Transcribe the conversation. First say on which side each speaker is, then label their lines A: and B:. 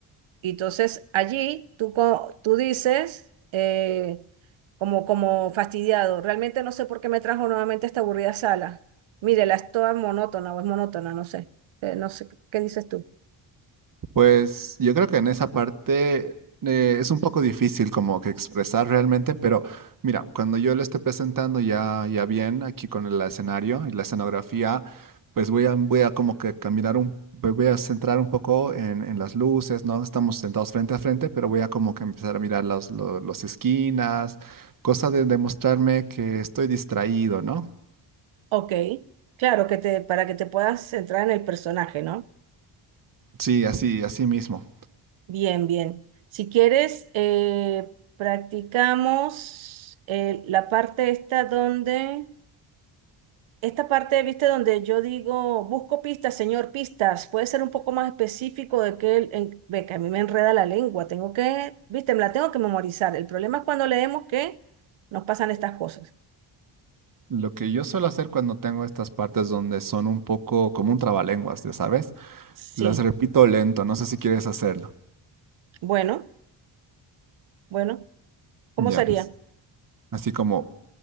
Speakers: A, on the right (about 75°); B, on the right (about 45°).
A: Y entonces allí tú, co- tú dices, eh, como, como fastidiado, realmente no sé por qué me trajo nuevamente esta aburrida sala. Mírela, es toda monótona o es monótona, no sé. Eh, no sé, ¿qué dices tú?
B: Pues yo creo que en esa parte eh, es un poco difícil como que expresar realmente, pero mira, cuando yo lo esté presentando ya, ya bien aquí con el escenario y la escenografía, pues voy a, voy a como que caminar un, me voy a centrar un poco en, en las luces, ¿no? Estamos sentados frente a frente, pero voy a como que empezar a mirar las lo- las esquinas, cosa de demostrarme que estoy distraído, ¿no?
A: Ok, claro, que te, para que te puedas centrar en el personaje, ¿no?
B: Sí, así, así mismo.
A: Bien, bien. Si quieres, eh, practicamos eh, la parte esta donde... Esta parte, viste, donde yo digo, busco pistas, señor, pistas, puede ser un poco más específico de que, el- en- ve que a mí me enreda la lengua, tengo que, viste, me la tengo que memorizar. El problema es cuando leemos que nos pasan estas cosas.
B: Lo que yo suelo hacer cuando tengo estas partes donde son un poco como un trabalenguas, ya sabes,
A: Sí,
B: las repito lento, no sé si quieres hacerlo.
A: bueno, bueno, ¿cómo
B: Ya
A: sería?
B: pues, así como